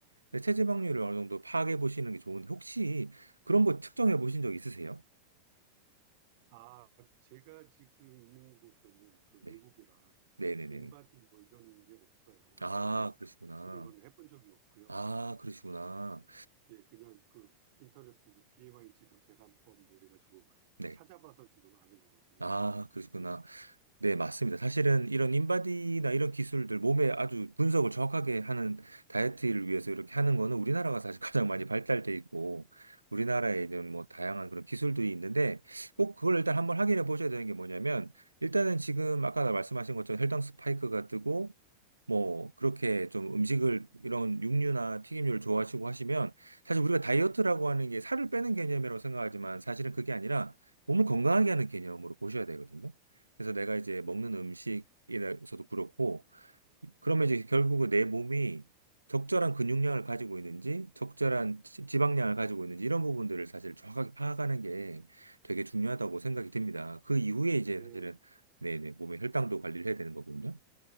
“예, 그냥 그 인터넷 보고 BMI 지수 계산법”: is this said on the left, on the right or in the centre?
Right